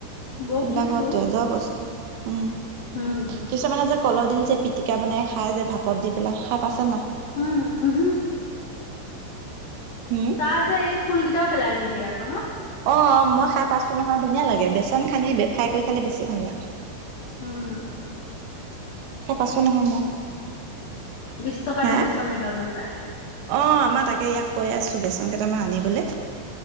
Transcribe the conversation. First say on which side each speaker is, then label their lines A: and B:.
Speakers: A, on the left (about 75°); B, on the right (about 80°).
A: বৌক
B: এইবিলাক
A: দিছো
B: হ, তেজৰ বস্তু উম,
A: উম
B: কিছুমানে যে কলৰডিল যে পিটিকা বনাই খাই যে ভাপত দি পেলাই খাই পাইছে নাই?
A: উম, উহু।
B: হুম
A: তাৰ যে এই ফুল কেইটাও পেলাই নিদিয়ে আকৌ ন?
B: অ, মই খাই পাইছো নহয় ধুনীয়া লাগে বেচন খানি ফ্ৰাই কৰি খালে বেছি ভাল লাগে।
A: উম,
B: <unintelligible> নহয় মই।
A: বিশ টকাতে
B: হা?
A: বেচন এগাল মান পায়
B: অ, আমাৰ তাকে ইয়াক কৈ আছো বেছি অ, কেইটামান আনিবলে